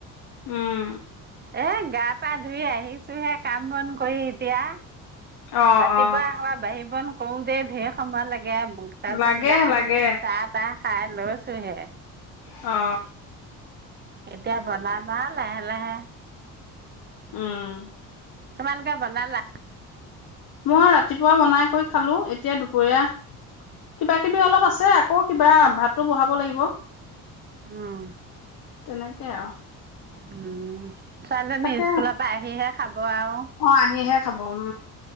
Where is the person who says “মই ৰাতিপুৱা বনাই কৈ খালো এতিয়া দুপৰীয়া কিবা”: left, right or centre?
Left